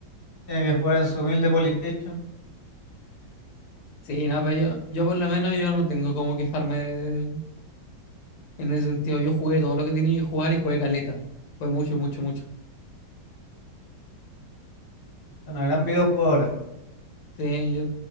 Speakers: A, on the left; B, on the left.
A: tiene que jugar en su humilde Polystation,
B: Sí, no, pero yo, yo por lo menos yo no tengo cómo quejarme en ese sentido. Yo jugué todo lo que tenía que jugar y jugué caleta. Fue mucho, mucho, mucho.
A: es una gran videojugadora.
B: Sí, yo